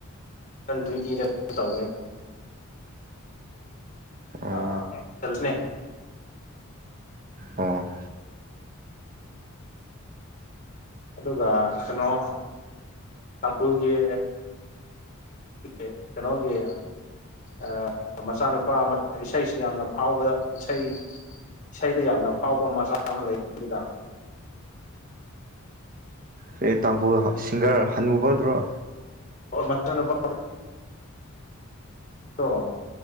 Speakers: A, on the left; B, on the right.
A: ꯇ꯭ꯋꯦꯟꯇꯤꯗ ꯇꯧꯕꯅꯦ ꯑꯥ
B: ꯑꯣ
A: <unintelligible>
B: ꯑꯣ
A: ꯑꯗꯨꯒ ꯀꯩꯅꯣ ꯇꯥꯡꯈꯨꯜꯒꯤ <unintelligible> ꯀꯅꯣꯒꯤ ꯑꯥ ꯃꯆꯥꯅꯨꯄꯥ ꯑꯃ ꯏꯁꯩꯁꯤ ꯌꯥꯝꯅ ꯐꯥꯎꯕꯗ ꯏꯁꯩ ꯏꯁꯩꯗ ꯌꯥꯝꯅ ꯐꯥꯎꯕ ꯃꯆꯥ ꯑꯃ ꯂꯩꯕꯗꯨꯅ
B: ꯀꯩ ꯇꯥꯡꯈꯨꯜ ꯁꯤꯡꯒ꯭ꯔ ꯍꯅꯨꯕꯗꯨꯔꯣ
A: ꯑꯣ ꯃꯆꯥ ꯅꯨꯨꯄꯥ ꯗꯣ